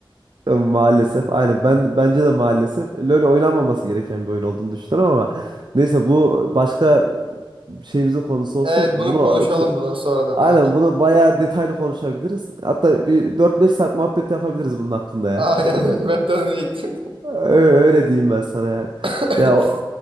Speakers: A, on the right; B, on the right.
A: Ya Maalesef. Aynen. Ben bence de maalesef LoL oynanmaması gereken bir oyun olduğunu düşünüyorum ama neyse bu başka şeyimizin konusu olsun.
B: Evet bunu
A: Bunu
B: konuşalım
A: şu
B: bunu sonradan
A: aynen
B: evet.
A: bunu bayağı detaylı konuşabiliriz. Hatta bir 4-5 saat muhabbet yapabiliriz bunun hakkında ya.
B: Aynen
A: <laughs>
B: öyle ben de onu diyecektim.
A: Ö- Öyle diyeyim ben sana yani.
B: <laughs>
A: Ya o-